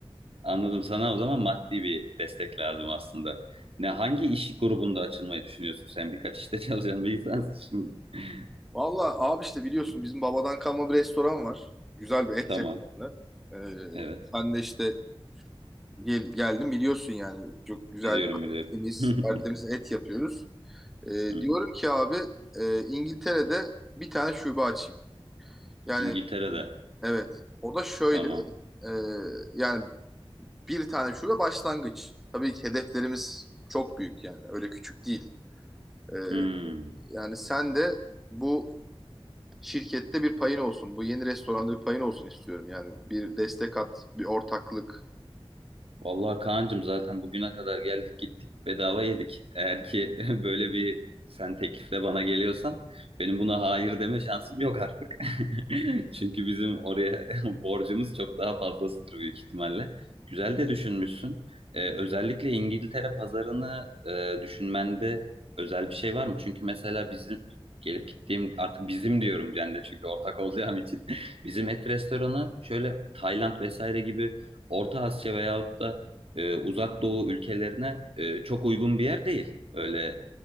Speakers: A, on the right; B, in the centre.
A: anladım. Sana o zaman maddi bir destek lazım aslında. Ne hangi iş grubunda açılmayı düşünüyorsun? Sen birkaç işte <laughs> çalışan bir insansın şimdi. <laughs>
B: Valla abi işte biliyorsun bizim babadan kalma bir restoran var. Güzel bir et
A: Tamam.
B: restoranı. Ee,
A: Evet.
B: sen de işte gel, geldin biliyorsun yani. Çok güzel,
A: Biliyorum biliyorum.
B: temiz,
A: <laughs>
B: tertemiz et yapıyoruz. Ee,
A: Hı hı.
B: diyorum ki abi e, İngiltere'de bir tane şube açayım. Yani
A: İngiltere'de.
B: evet o da şöyle
A: Tamam.
B: e, yani bir tane şube başlangıç. Tabii ki hedeflerimiz çok büyük yani öyle küçük değil. Ee,
A: Hmm.
B: yani sen de bu şirkette bir payın olsun. Bu yeni restoranda bir payın olsun istiyorum. Yani bir destek at, bir ortaklık.
A: Vallahi Kaan'cığım zaten bugüne kadar geldik gittik bedava yedik. Eğer ki <laughs> böyle bir sen teklifle bana geliyorsan benim buna hayır deme şansım yok artık. <laughs> Çünkü bizim oraya <laughs> borcumuz çok daha fazlasıdır büyük ihtimalle. Güzel de düşünmüşsün. Ee, özellikle İngiltere pazarını e, düşünmende özel bir şey var mı? Çünkü mesela bizim gelip gittiğim artık bizim diyorum ben de çünkü ortak olacağım için. <laughs> Bizim et restoranı şöyle Tayland vesaire gibi Orta Asya veyahut da e, Uzak Doğu ülkelerine e, çok uygun bir yer değil. Öyle